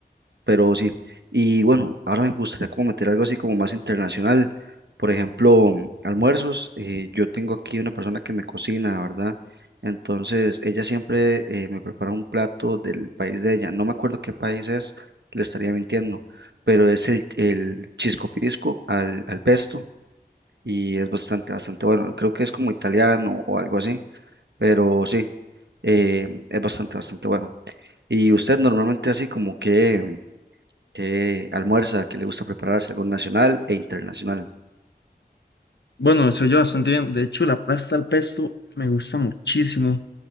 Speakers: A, on the right; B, on the left.
A: pero sí. Y bueno, ahora me gustaría como meter algo así como más internacional. Por ejemplo, mm, almuerzos. eh, yo tengo aquí una persona que me cocina, ¿verdad? Entonces, ella siempre eh, me prepara un plato del país de ella. No me acuerdo qué país es, le estaría mintiendo, pero es el, el chisco pisco al, al pesto y es bastante, bastante bueno. Creo que es como italiano o algo así, pero sí, eh, es bastante, bastante bueno. ¿Y usted normalmente así como que que almuerza, que le gusta prepararse algo nacional e internacional.
B: Bueno, eso yo bastante bien. De hecho, la pasta al pesto me gusta muchísimo.